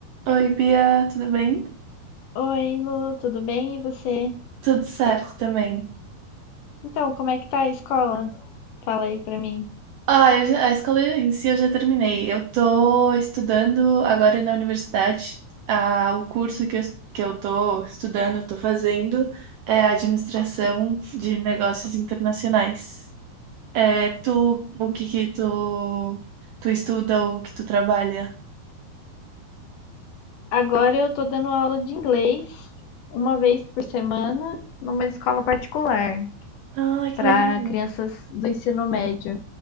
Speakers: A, on the right; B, on the left.
A: Oi, Bia, tudo bem?
B: Oi, Lu, tudo bem? E você?
A: Tudo certo também.
B: Então, como é que tá a escola? Fala aí pra mim.
A: Ah, eu já- a escola em si eu já terminei. Eu tô estudando agora na universidade. Ah, o curso que eu, que eu tô estudando, tô fazendo, é administração de negócios internacionais. É, tu, o que que tu, tu estuda ou que tu trabalha?
B: Agora eu tô dando aula de inglês uma vez por semana numa escola particular
A: Ah, que
B: para
A: legal.
B: crianças do ensino médio.